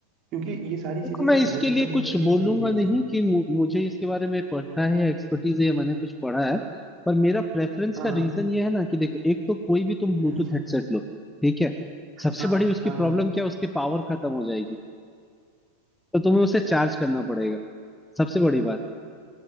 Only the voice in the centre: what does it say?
देखो
मैं
इसके
लिए
कुछ
बोलूंगा
नहीं
कि मु- मुझे इसके बारे में पढ़ना है या एक्सपर्टीज है या मैंने कुछ पढ़ा है पर मेरा प्रेफरेंस
का
रीजन ये है ना कि देखो एक तो कोई भी तुम ब्लूटूथ
हेडसेट लो ठीक है सबसे
बड़ी उसकी
प्रॉब्लम
क्या है उसकी पावर खत्म हो जाएगी तो तुम्हें उसे चार्ज करना पड़ेगा सबसे बड़ी बात